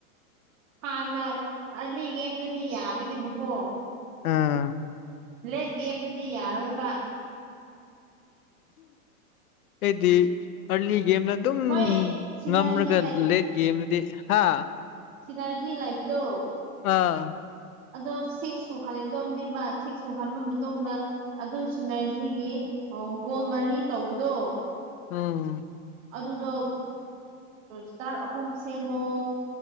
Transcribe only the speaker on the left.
ꯑꯥ
ꯑꯩꯗꯤ ꯍꯔꯂꯤ ꯀꯦꯝ ꯑꯗꯨꯝ
ꯉꯝꯔꯒ ꯂꯦꯛ ꯒꯦꯝꯗꯨꯗꯤ ꯍꯥ
ꯑꯥ
ꯑꯣꯝ